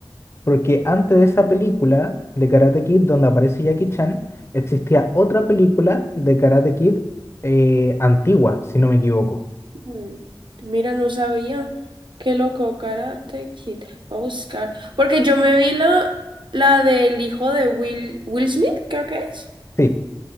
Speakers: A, on the left (about 30°); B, on the right (about 65°).
A: Porque antes de esa película de Karate Kid, donde aparece Jackie Chan, existía otra película de Karate Kid eh, antigua, si no me equivoco.
B: Ujú. Mira, no sabía. Qué loco, Karate Kid. Voy a buscar. Porque yo me vi la, la del hijo de Will, Will Smith, creo que es.
A: Sí,